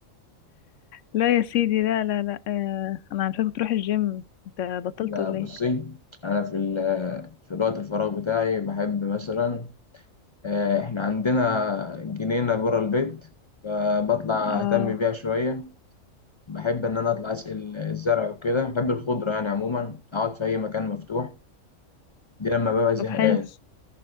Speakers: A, on the left (about 70°); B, on the left (about 30°).
A: لا يا سيدي لا لا لا آه انا عارفاك بتروح الجيم انت بطلت
B: لا
A: ولا
B: بصي
A: ايه
B: أنا في ال- في الوقت الفراغ بتاعي بحب مثلا آه، إحنا عندنا جنينة برا البيت فبطلع
A: اه
B: أهتم بيها شوية بحب إن أنا أطلع أسقي الزرع وكده بحب الخضرة يعني عموما أقعد في أي مكان مفتوح دي لما ببقى زهقان
A: طب حلو